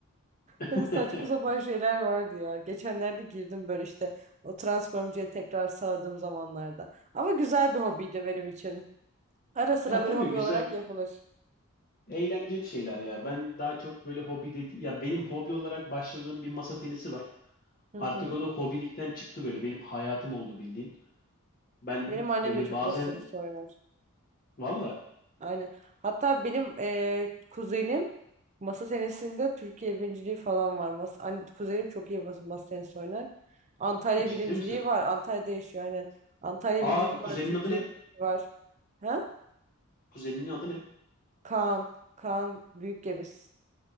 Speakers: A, on the left; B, on the right.
A: <laughs>
B: Hani saçma sapan şeyler vardı ya. Geçenlerde girdim böyle işte o Transformcı'ya tekrar sardığım zamanlarda. Ama güzel bir hobiydi benim için. Ara sıra
A: Ya tabii
B: böyle hobi
A: güzel
B: olarak yapılır.
A: Eğlenceli şeyler ya. Ben daha çok böyle hobi dedi ya benim hobi olarak başladığım bir masa tenisi var.
B: Hı
A: Artık
B: hı.
A: o da hobilikten çıktı böyle. Benim hayatım oldu bildiğin. Ben
B: Benim annem
A: böyle
B: de çok
A: bazen
B: masa tenisi oynar.
A: valla
B: Aynen. Hatta benim eee, kuzenim masa tenisinde Türkiye birinciliği falan var. Mas an- kuzenim çok iyi mas- masa tenisi oynar. Antalya
A: ciddi
B: birinciliği
A: misin?
B: var. Antalya'da yaşıyor aynen. Antalya
A: Aa
B: birinciliği
A: kuzenin
B: var. Türkiye
A: adı ne?
B: birinciliği var. Ha?
A: Kuzeninin adı ne?
B: Kaan. Kaan Büyükgeviz.